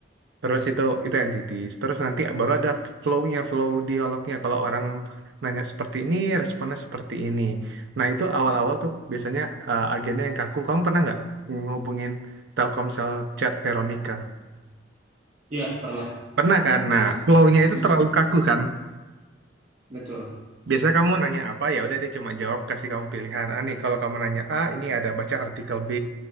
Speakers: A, on the right (about 65°); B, on the right (about 40°).
A: Terus itu itu entities. Terus nanti baru ada flow-nya, flow dialognya. Kalau orang nanya seperti ini, responnya seperti ini. Nah, itu awal-awal tuh biasanya eh, agennya yang kaku. Kamu pernah nggak ngubungin Telkomsel chat Veronica?
B: Ya, pernah.
A: Pernah kan? Nah,
B: Pernah.
A: flow-nya itu
B: Mm-mm,
A: terlalu kaku kan?
B: betul.
A: Biasanya kamu nanya apa, ya udah dia cuma jawab, kasih kamu pilihan. Ah, nih, kalau kamu nanya A, ini ada baca artikel B,